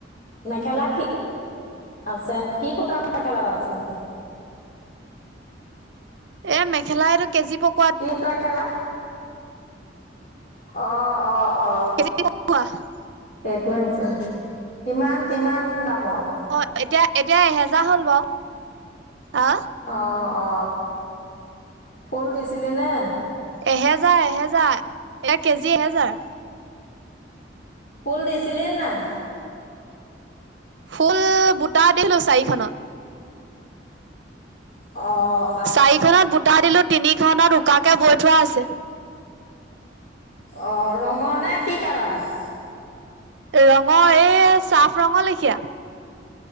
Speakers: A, on the left; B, on the right.
A: মেখেলা কি আছে কি সূতা মেখেলা লগাইছিলে?
B: এ মেখেলা এইটো কেজি পক
A: কি সূতাৰ খেলা অ অ অ।
B: <inaudible>
A: এইটো আনিছে কিমান কিমান দামৰ?
B: অ এতিয়া এতিয়া এহেজাৰ হল বাও আ
A: অ অ ফুল দিছিলি নে?
B: এহেজাৰ এহেজাৰ এয়া কেজি এহেজাৰ।
A: ফুল দিছিলি নাই?
B: ফুল বুটা দিলো চাৰিখনত।
A: অঁ'
B: চাৰিখনত বুটা দিলো তিনিখনত উকাকে বৈ থোৱা আছে।
A: অঁ ৰঙৰ নে কি কালাৰ?
B: ৰঙৰ এই চাফ ৰঙৰ লেখিয়া।